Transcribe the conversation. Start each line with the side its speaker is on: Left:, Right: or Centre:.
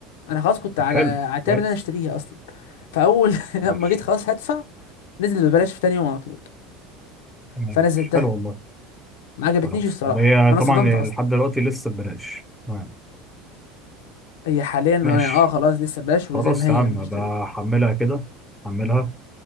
Left: انا خلاص كنت
Centre: طب
Left: على
Centre: حلو
Left: عتاب
Centre: كويس
Left: ان انا اشتريها اصلا فاول <laughs> لما
Centre: ماشي
Left: جيت خلاص هدفع نزل ببلاش في تاني يوم على طول
Centre: تمام
Left: فنزلتها
Centre: ماشي. حلو والله
Left: ما عجبتنيش
Centre: خلاص
Left: الصراحه
Centre: طب هي
Left: انا
Centre: طبعا
Left: صدمت اصلا
Centre: لحد دلوقتي لسه ببلاش تمام
Left: هي حاليا
Centre: ماشي
Left: اه آه، خلاص لسه ببلاش وزي
Centre: خلاص
Left: ما هي
Centre: يا عم
Left: مفيش
Centre: بحملها
Left: تغيير
Centre: كده حملها